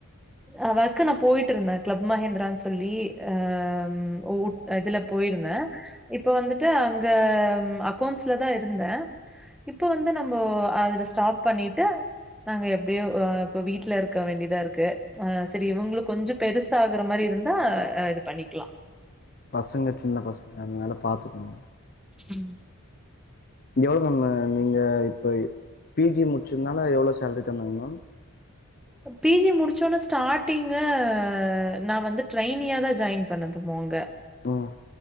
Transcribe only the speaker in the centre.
ஆஹ் ஒர்க் நான் போய்ட்டு இருந்தேன் கிளப் மஹேந்திரான்னு சொல்லி ஆஹ் ம் உ இதுல போயிருந்தேன் இப்போ வந்துட்டு அங்க அக்கௌன்ட்ஸ்ல தான் இருந்தேன் இப்போ வந்து நம்போ அதுல ஸ்டாப் பண்ணிட்டு நாங்க எப்டியோ இப்ப வீட்ல இருக்க வேண்டிதா இருக்கு ஆஹ் சரி இவுங்களு கொஞ்சோ பெருசாகுற மாரி இருந்தா ஆஹ் இது பண்ணிக்கலாம்
உம்
பி ஜி முடிச்சோனே ஸ்டாடிங்கு நான் வந்து டிரைனியா தான் ஜாய்ன் பண்ணது போங்க